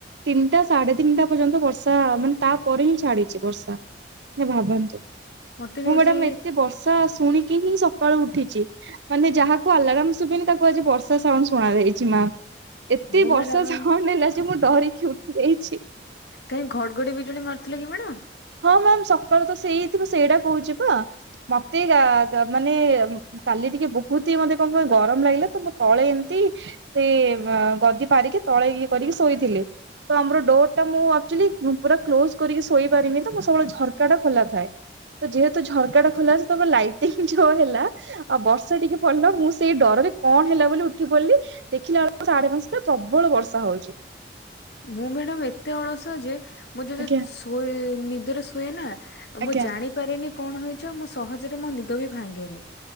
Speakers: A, on the right; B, on the left.
A: ତିନିଟା ସାଢେ ତିନିଟା ପର୍ଯ୍ୟନ୍ତ ବର୍ଷା ମାନେ ତାପରେ ହିଁ ଛାଡିଛି ବର୍ଷା। ମାନେ ଭାବନ୍ତୁ।
B: ମତେ ବି
A: ମୁଁ
B: ଆଜି
A: ମ୍ୟାଡାାମ ଏତେ ବର୍ଷ ଶୁଣିକି ହିଁ ସକାଳୁ ଉଠିଛି ମାନେ ଯାହାକୁ ଆଲାରାମ ସୁଭେନି ତାକୁ ଆଜି ବର୍ଷା ସାଉଣ୍ଡ ଶୁଣା ଯାଇଛି ମା। ଏତେ
B: ମୁଁ
A: ବର୍ଷା
B: ମ୍ୟାଡାମ
A: ସୁନ୍ଦର ହେଲା ଯେ ମୁଁ ଡରିକି ଉଠି ଯାଇଛି।
B: କାଇଁ ଘଡଘଡି ବିଜୁଳି ମାରୁଥିଲା କି ମ୍ୟାଡାମ୍?
A: ହଁ ମ୍ୟାମ୍ ସକାଳୁ ତ ସେଇଥିବ ସେଇଟା କହୁଚି ପା। ମତେ ଆ-ମାନେ କାଲି ଟିକେ ବହୁତ୍ ହି ମତେ କଣ କହ ଗରମ୍ ଲାଗିଲା ତ ମୁଁ ତଳେ ଏମତି ସେ ଗଦି ପାରିକି ତଳେ ଇଏ କରିକି ଶୋଇଥିଲି ତ ଆମର ଡୋର୍ ଟା ମୁଁ ଆକ୍ଚୁଲି ପୁରା କ୍ଲୋଜ୍ କରିକି ଶୋଇ ପାରିନି ତ ମୁଁ ସବୁବେଳେ ଝର୍କା ଟା ଖୋଲା ଥାଏ। ତ ଯେହେତୁ ଝର୍କା ଟା ଖୋଲା ସେ <unintelligible> ଲାଇଟିଙ୍ଗ୍ ଯଉ ହେଲା ଆଉ ବର୍ଷା ଟିକେ ପଡିଲା ମୁଁ ଶ ସେଇ ଡରରେ କଣ ହେଲା ବୋଲି ଉଠି ପଡିଲି ଦେଖିଲା ବେଳକୁ ସାଢେ ପାଞ୍ଚଟା ପ୍ରବଳ ବର୍ଷା ହଉଚି।
B: ମୁଁ ମ୍ୟାଡାମ୍ ଏତେ ଅଳସୁଆ ଯେ ମୁଁ ଯଦି
A: ଆଜ୍ଞା
B: ଶୋଇ- ନିଦରେ ଶୁଏ ନା ଆଉ
A: ଆଜ୍ଞା
B: ମୁଁ ଜାଣି ପାରିନି କଣ ହେଇଚି ମୁଁ ସହଜରେ ମୋ ନିଦ ବି ଭାଙ୍ଗେନି।